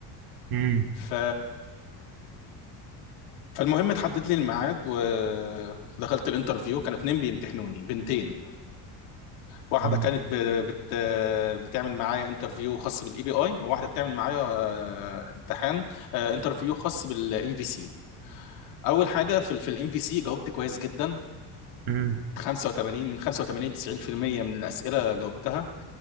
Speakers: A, on the right; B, on the left.
A: مم.
B: ف فالمهم اتحدد لي الميعاد و- ودخلت الانترفيو كانوا اتنين بيمتحنوني بنتين واحده
A: مم.
B: كانت ب... بت... بتعمل معايا انترفيو خاص بالاي بي اي وواحده بتعمل معايا آه، امتحان آه، انترفيو خاص بالام في سي اول حاجه في في الام في سي جاوبت كويس جدا
A: مم.
B: 85 من 85 90% من الاسئله جاوبتها